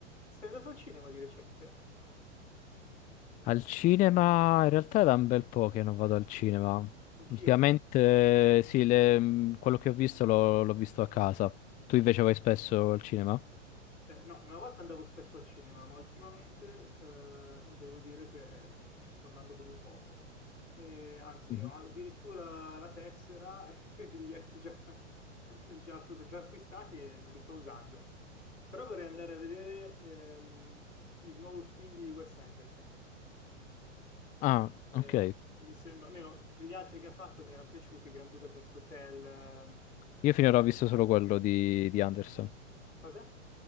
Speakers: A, on the left; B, on the left.
A: Sei andato al cinema di recente?
B: Al cinema, in realtà è da un bel po' che non vado al cinema.
A: Anch'io,
B: Ultimamente,
A: cavolo.
B: sì, le- mh, quello che ho visto l'ho l'ho visto a casa. Tu invece vai spesso al cinema?
A: Eh, no, una volta andavo spesso al cinema, ma ultimamente eh, devo dire che ci sto andando proprio poco. E, anzi,
B: Mhm.
A: ho addirittura la tessera e <laughs> i biglietti già, <laughs> già- già acquistati e non li sto usando. Però vorrei andare a vedere ehm, il nuovo film di Wes Anderson,
B: Ah,
A: che,
B: ok.
A: che mi sembra, almeno quegli altri che ha fatto mi erano piaciuti, Grand Budapest Hotel, eh,
B: Io finora ho visto solo
A: altri
B: quello
A: sì.
B: di, di Anderson.
A: Cosa?